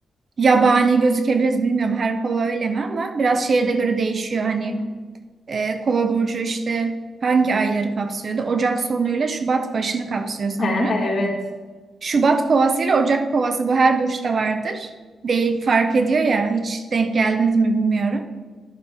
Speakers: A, on the right (about 35°); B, on the left (about 45°).
A: yabani gözükebiliriz bilmiyorum her kova öyle mi ama biraz şeye de göre değişiyor hani
B: <laughs>
A: E, Kova burcu işte hangi ayları kapsıyordu? Ocak sonuyla Şubat başını kapsıyor sanırım.
B: Ha, Evet.
A: Şubat kovası ile Ocak kovası bu her burçta vardır. Değil fark ediyor ya hiç denk geldiniz mi bilmiyorum.